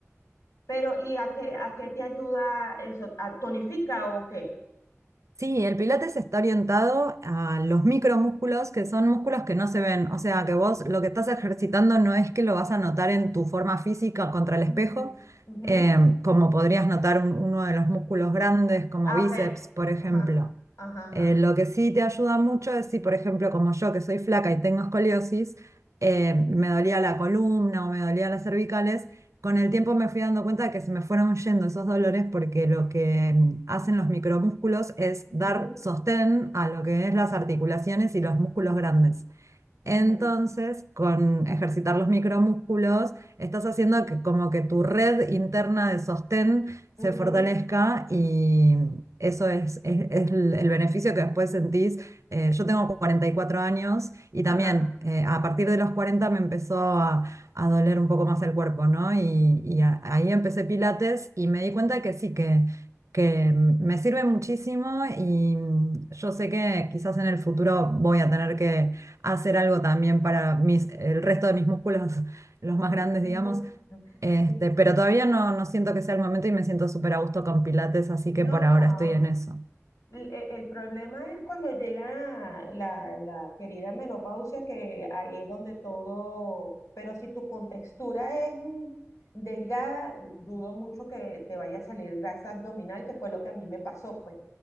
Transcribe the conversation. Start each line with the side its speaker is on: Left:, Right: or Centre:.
Left: pero, ¿y a qué, a qué te ayuda eso? ¿A tonifica o qué?
Right: Sí, el pilates está orientado a los micromúsculos, que son músculos que no se ven. O sea, que vos lo que estás ejercitando no es que lo vas a notar en tu forma física contra el espejo,
Left: Ujú, ujú.
Right: eh, como podrías notar un- uno de los músculos grandes, como
Left: Ah,
Right: bíceps,
Left: ok.
Right: por ejemplo.
Left: Ajá. Ajá, ajá,
Right: Eh,
Left: ajá.
Right: lo que sí te ayuda mucho es si, por ejemplo, como yo, que soy flaca y tengo escoliosis, eh, me dolía la columna o me dolía las cervicales con el tiempo me fui dando cuenta de que se me fueron yendo esos dolores porque lo que mm, hacen los micromúsculos es
Left: Ujú,
Right: dar sostén a lo que es las articulaciones y los músculos grandes.
Left: ujú,
Right: Entonces, con ejercitar los micromúsculos, estás haciendo que como que tu red interna de sostén
Left: ujú,
Right: se fortalezca y eso es, es- es el, el beneficio que después sentís. Eh, yo tengo 44 años y
Left: Ajá.
Right: también eh, a partir de los 40 me empezó a, a doler un poco más el cuerpo, ¿no? Y, y a- ahí empecé Pilates y me di cuenta que sí, que, que me sirve muchísimo y mm, yo sé que quizás en el futuro voy a tener que hacer algo también para mis, el resto de mis músculos, <laughs> los
Left: ujú,
Right: más grandes,
Left: ujú.
Right: digamos.
Left: <laughs>
Right: Este,
Left: Sí.
Right: pero todavía no, no siento que sea el momento y me siento súper a gusto con Pilates, así
Left: No,
Right: que por
Left: no.
Right: ahora estoy en eso.
Left: El, e, el- problema es cuando llega la, la querida menopausia, que ahí es donde todo, pero si tu contextura es mm, delgada, dudo mucho que te vaya a salir grasa abdominal, que fue lo que a mí me pasó, pues.